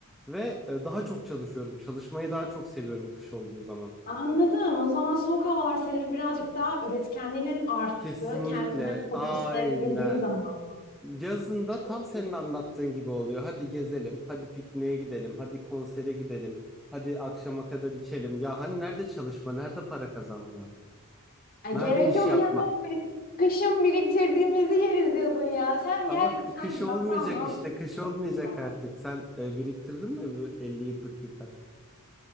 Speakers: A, in the centre; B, on the left (about 45°).
A: Ve e, daha çok çalışıyorum. Çalışmayı daha çok seviyorum kış olduğu zaman.
B: Anladım. O zaman soğuk havalar senin birazcık daha üretkenliğinin arttığı,
A: Kesinlikle
B: kendine fokuslayabildiğin
A: aynen.
B: zaman mı?
A: Yazında
B: Çok
A: tam senin
B: iyi.
A: anlattığın gibi oluyor. Hadi gezelim, hadi pikniğe gidelim, hadi konsere gidelim, hadi akşama kadar içelim. Ya hani nerede çalışma, nerede para kazanma,
B: Ay
A: nerede
B: gerek
A: iş
B: yok
A: yapma?
B: ya. Kışın biriktirdiğimizi yeriz yazın ya. Sen
A: Ama
B: gel
A: k- kış
B: sen yazdan
A: olmayacak
B: vazgeç.
A: işte, kış olmayacak
B: Tamam.
A: artık. Sen e, biriktirdin mi bu 50 yıllık bir para?